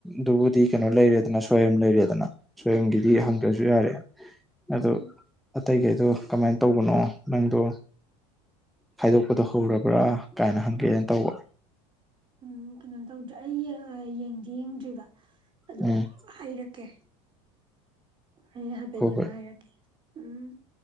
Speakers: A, in the centre; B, on the right.
A: ꯗꯨꯕꯨꯗꯤ ꯀꯩꯅꯣ ꯂꯩꯔꯦꯗꯅ ꯁꯣꯌꯦꯝ ꯂꯩꯔꯦꯗꯅ ꯁꯣꯏꯌꯦꯝ ꯒꯤꯗꯤ
B: ꯎꯝ
A: ꯍꯪꯗ꯭ꯔꯖꯨ ꯌꯥꯔꯦ ꯑꯗꯨ
B: ꯎꯝ
A: ꯑꯇꯩꯒꯩꯗꯣ ꯀꯃꯥꯏꯅ ꯇꯧꯕꯅꯣ ꯅꯪꯗꯣ ꯈꯥꯏꯗꯣꯛꯄꯗꯣ ꯍꯧꯔꯕ꯭ꯔꯥ ꯀꯥꯏꯅ ꯍꯪꯒꯦꯅ ꯇꯧꯕ
B: ꯎꯝ ꯀꯩꯅꯣ ꯇꯧꯗ꯭ꯔꯦ ꯑꯩ ꯌꯦꯡꯗꯤ ꯌꯦꯡꯗ꯭ꯔꯤꯕ ꯑꯗꯣ
A: ꯎꯝ
B: ꯍꯥꯏꯔꯛꯀꯦ ꯑꯩ ꯍꯥꯏꯐꯦꯠ
A: ꯍꯣꯏ
B: ꯌꯦꯡꯉ ꯍꯥꯏꯔꯛꯀꯦ ꯎꯝ